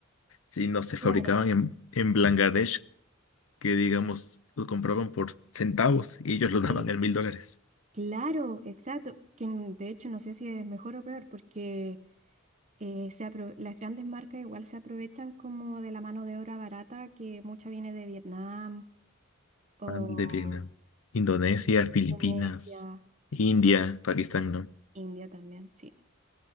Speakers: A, on the left (about 70°); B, on the right (about 35°).
A: sino se fabricaban
B: Claro,
A: en, en Bangladesh, que digamos, lo compraban por centavos y
B: sí.
A: ellos lo <laughs> daban en mil dólares.
B: Claro, exacto. Que n- de hecho no sé si es mejor o peor, porque eh, se apro- las grandes marcas igual se aprovechan como de la mano de obra barata, que mucha viene de Vietnam o
A: Mal de Vietnam, Indonesia, Filipinas,
B: Indonesia.
A: India,
B: Sí.
A: Pakistán, ¿no?
B: India también, sí.